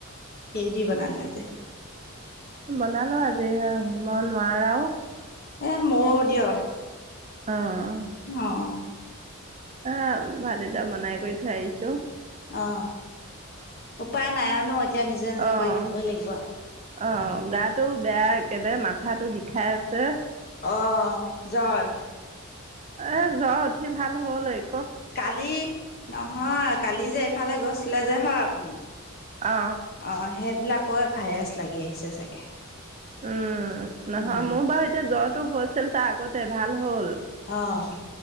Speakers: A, on the left (about 50°); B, on the right (about 30°).
A: কি দি বনালে আজি?
B: বনালো আজি অঁ মই নোৱাৰাও।
A: এ মইয়ো দিয়ক।
B: অঁহ।
A: অঁ।
B: অ, ভাত কেইটা বনাই কৰি থৈ আহিছো।
A: অ, উপায় নাই আৰু ন'এতিয়া নিজে নিজে
B: অ'
A: কৰি খাবই লাগিব।
B: অ, গাটো বেয়া একেবাৰে মাথাটো বিষাই আছে।
A: অ জ্বৰ।
B: এ জ্বৰ উঠি ভাল হলেই
A: কালি নহয় কালি যে এইফালে গৈছিলে যে হয় আপুনি।
B: অ।
A: অ' সেইবিলাকৰ ভাইৰাছ লাগি আহিছে চাগে।
B: উম, নহয়
A: উম
B: মোৰ বাৰু এতিয়া জ্বৰটো হৈছিল তাৰ আগতে ভাল হ'ল।
A: অ'।